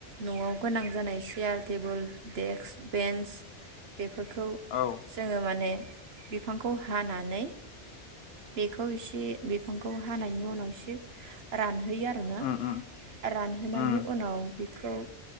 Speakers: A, on the right; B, on the left.
A: न'आव गोनां जानाय यार टेबोल देक्स बेन्स बेफोरखौ
B: औ
A: जोङो माने बिफांखौ हानानै बेखौ एसे बिफांखौ हानायनि उनाव एसे रान होयो आरोना
B: उम उम
A: रानहोनायनि
B: उम
A: उनाव खौ